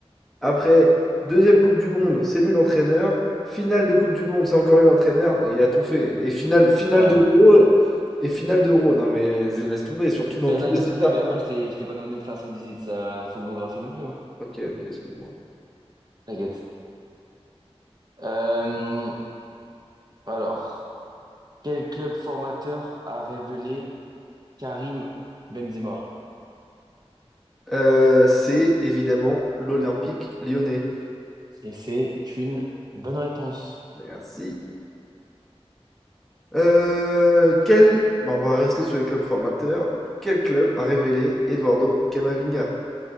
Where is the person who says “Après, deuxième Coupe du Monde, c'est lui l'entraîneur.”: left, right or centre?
Centre